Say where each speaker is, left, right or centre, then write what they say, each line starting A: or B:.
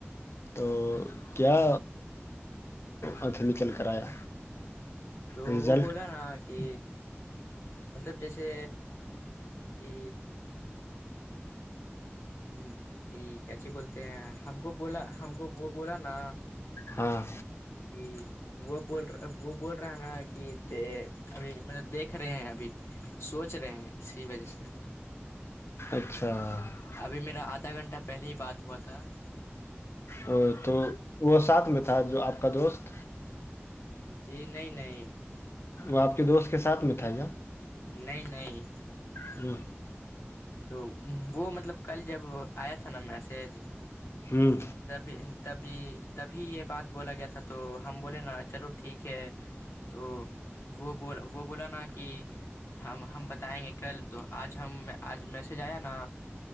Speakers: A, on the left; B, on the left.
A: تو کیا آکھیں نکل کر آیا
B: تو
A: رزلٹ
B: وہ بولا نا کہ مطلب جیسے ا ہ یہ کیاچی بولتے ہیں ہم کو بولا ہم کو وہ بولا نا
A: ہاں
B: کہ وہ بولا وہ بول رہا ہے نا کہ د ابھی مطلب دیکھ رہے ہیں ابھی سوچ رہے ہیں اسی وجہ سے
A: اچھا <inaudible>
B: ابھی میرا آدھا گھنٹہ پہلے ہی بات ہوا تھا <unintelligible>
A: ا تو وہ ساتھ میں تھا جو آپ کا دوست
B: جی نہیں نہیں <unintelligible>
A: وہ آپ کے دوست کے ساتھ مٹھائییا
B: نہیں نہیں
A: ہ
B: تو وہ مطلب کل جب آیا تھا نا میسج
A: ہوں
B: تبھی تبھی تبھی یہ بات بولا گیا تھا تو ہم بولے نا چلو ٹھیک ہے تو وہ ب وہ بولا نا کہ ہم ہم بتائیں گے کل تو آج ہم آج میسج آیا نا